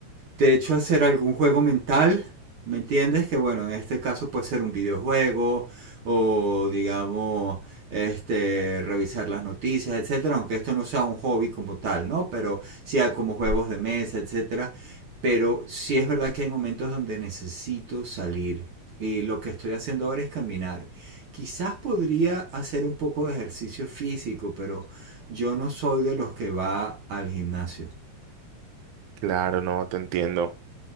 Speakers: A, on the right; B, on the right.
A: de hecho hacer algún juego mental, ¿me entiendes? Que bueno, en este caso puede ser un videojuego o digamos este revisar las noticias, etcétera, aunque esto no sea un hobby como tal, ¿no? Pero sea como juegos de mesa, etcétera, pero sí es verdad que hay momentos donde necesito salir y lo que estoy haciendo ahora es caminar. Quizás podría hacer un poco de ejercicio físico, pero yo no soy de los que va al gimnasio.
B: Claro, no, te entiendo.